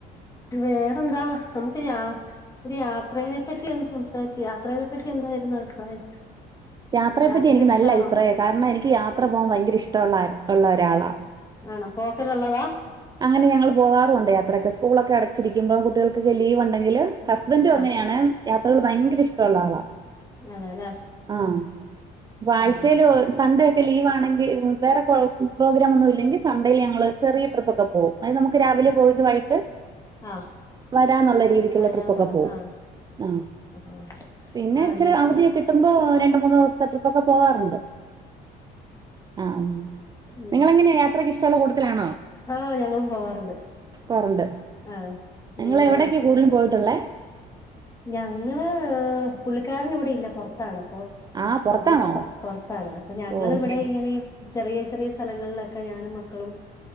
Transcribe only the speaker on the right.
യാത്രയെപ്പറ്റി
എനിക്ക്
നല്ല അഭിപ്രായ കാരണം എനിക്ക് യാത്ര പോവൻ ഭയങ്കര ഇഷ്ട ഒള്ള ഒള്ള ഒരാളാ.
അങ്ങനെ ഞങ്ങൾ പോകാറു ഉണ്ടെ യാത്രൊക്കെ സ്കൂളൊക്കെ അടച്ചിരിക്ക്പോ കുട്ടികൾകൊക്കെ ലീവ് ഉണ്ടെങ്കില്. ഹസ്ബൻഡും
അങ്ങനെയാണ് യാത്രകള് ഭയങ്കര ഇഷ്ടഒള്ള ആളാ.
ആഹ് ഇപ്പൊ ആഴ്ചേല്
ഒ സൺഡേ ക്കെ ലീവ ആണെങ്കി വേറെ പൊ പ്രോഗ്രാം ഒന്നും ഇല്ലെങ്കി സൺണ്ടേയില് ഞാ ങ്ങൾ ചെറിയ ട്രിപ്പോക്കെ പോം അത് നമുക്ക് രാവിലെ
പോയിട്ട് വൈകിട്ട്
വരാന്നുള്ള രീതിക്കുള്ള
ട്രിപ്പ ഒക്കെ
പോവും
ആഹ്
പിന്നെ
ഇച്ചിരി
അവധിയൊക്കെ. കിടുമ്പോ രണ്ട്, മൂന്ന് ദിവസത്തെ ട്രിപ്പൊക്കെ പോവാറുണ്ട്. ആഹ് ഉം
നിങ്ങളെങ്ങനെയ യാത്രക്കെ ഇഷ്ടള്ള കൂട്ട ലാണോ?
ക്കാറുണ്ട്
നിങ്ങൾ
എവിടൊക്ക്യാ
കൂടു പോയിട്ടുള്ളേ?
ആ പുറത്താണോ
ഓ ശരി